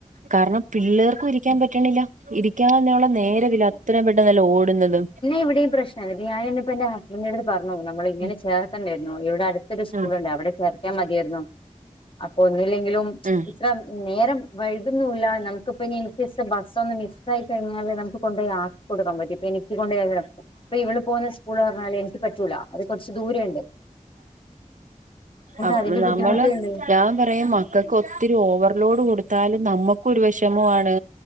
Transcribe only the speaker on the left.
ഇവടേയും പ്രശ് അതി ഞാനിന്നിപ്പോ എന്റെ ഹസ്ബൻ്റിൻ്റെ അടുത്ത് പറഞ്ഞു നമ്മളിങ്ങനെ
ചേർത്തണ്ടാരുന്നു ഇവിടെ അടുത്തൊരു സ്കൂളിണ്ടാരുന്നു
അവടെ ചേർ ത്തിയാ മതിയാരുന്നു. അപ്പോ ഒന്നൂല്ലെങ്കിലും
ഇത്ര നേരം വൈകുന്നുല്ലാ നമുക്കിപ്പോ ഇനി ഇൻ കേസ് ബ സ്സൊന്നും മിസ് ആയി കഴിഞ്ഞാല് നമുക്ക് കൊണ്ടോയി ആക്കികൊടുക്കാൻ പറ്റും ഇപ്പ എനിക്ക് കൊണ്ടോയി <unintelligible> ഇപ്പോ ഇവള് പോന്ന സ്കൂള് പറഞ്ഞാല് എനിക്ക് പറ്റൂലാ അത് കുറച്ച് ദൂരെ ഉണ്ട്.
അതിന്റെ
ബുദ്ധിമുട്ടുണ്ട്